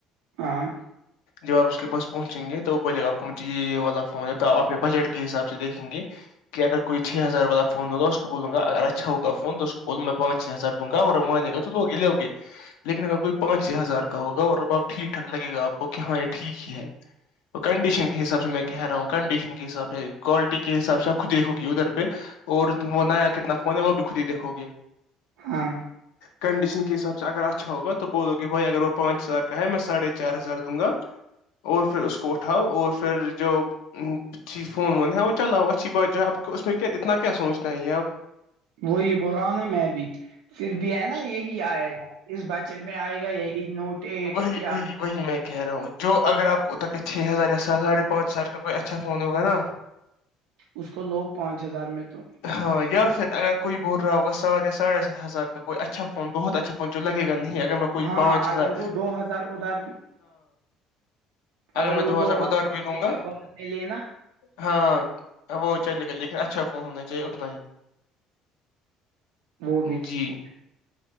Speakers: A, on the right (about 75°); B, on the left (about 80°).
A: ہاں
B: جب آپ اس کے پس پہنچیں گے تو وہ بولے گا آپ کو مجھے یہ والا فون ہے تو آپ اپنے بجٹ کے حساب سے دیکھیں گے کہ اگر کوئی چھ ہزار والا فون ہوگا اس کو اس کو بول گا اگر اچھا ہوگا فون تو اس کو بولوں میں پانچ چھ ہزار دوں گا اور مانے گا تو لوگ لو گے لیکن اگر کوئی پانچ چھ ہزار کا ہوگا اور اب آب ٹھیک ٹھاک لگے گا آپ کو کہ ہاں یہ ٹھیک ہی ہے کنڈیشن کے حساب سے میں کہہ رہا ہوں کڈیشن کے حساب سے کوالٹی کے حساب سے آب خود دیک ہوگی ادھر پہ اور وہ نیا کتنا فون ہے وہ بھی خود ہی دیکھو گے
A: ہاں
B: کنڈیشن کے حساب سے اگر اچھا ہوگا تو بولو کہ بھائی اگر وہ پانچ ہزار کا ہے میں ساڑھے چار ہزار دوں گا اور پھر اس کو اٹھاؤ اور پھر جو اچھی فون ہےاں وہ چلو ہو اچھی بات جو ہے آپ کو اس میں کیا اتنا کیا سوچنا ہے یہ آب
A: وہی ب رہا نا میں بھی پھر بھی ہے نا یہی آئے گا اس بجٹ میں آئے گا یہی نوٹ ایٹ
B: وہی
A: یا
B: وہی وہی میں کہہ رہا ہوں جو اگر آپ کو تک کہ چھ ہزار یا س ساڑھے پانچ ہزار کا کوئی اچھا فون ہوگا نا
A: اس کو لو پانچ ہزار میں تو
B: ہاں یا پھر اگر کوئی ب رہا ہوگا سات یا ساھے سات ہزار کا کوئی اچھا فون بہت اچھا فون جو لگے گا نہیں ا اگر میں کو
A: ہاں
B: پانچ
A: اگر
B: سر
A: وہ دو ہزار ادھار <unintelligible> اگر
B: میں
A: وہ دو ہزار
B: ادھار بھی لوں گا
A: کا ب لےینا
B: ہاں وہ چلے گا لیکن اچھا فون ہونا چاہیے اتنا ہی
A: وہ بھی ٹھیک
B: جی
A: ہے